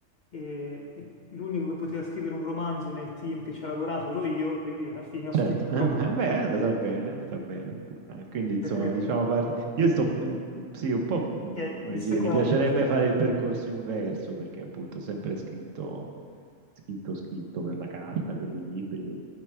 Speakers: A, on the left (about 50°); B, on the right (about 80°).
A: e, e l'unico che poteva scrivere un romanzo nel team che ci ha lavorato ero io e quindi alla fine ho
B: Certo,
A: scritto
B: eh,
A: un romanzo.
B: beh, beh, è andata bene, è andata bene. Eh, Quindi, insomma,
A: <laughs> Per cui
B: diciamo, parte... io sto, mm, sì, un po', mm,
A: che è
B: come
A: il secondo,
B: dire, mi piacerebbe fare il percorso inverso, perché appunto ho sempre scritto, scritto, scritto per la carta, per i libri,